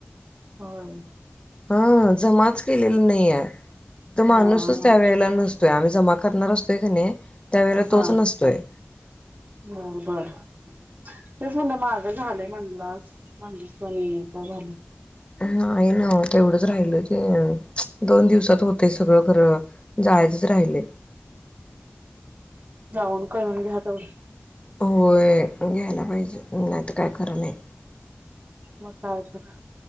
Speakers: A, on the right; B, on the left.
A: हो.
B: हा जमाच केलेली नाही आहे तो माणूसच
A: हा हा
B: त्यावेेळेला
A: हा
B: नस तो ज्यावेळेला जमा करणार असतोय का नाय त्यावेळेला तोच
A: हा
B: नसतोय
A: बर बर तेच म्हणलं माझं झालंय म्हणला माझं सहीच झालं
B: नाही ना तेवढंच राहिल ओ, दोन दिवसात होतंय सगळं खर जायचच राहिलय
A: जाऊन काढून घ्या तेवढं
B: होय घ्यायला पाहिजे नाही तर काय खर नाही
A: म काय तर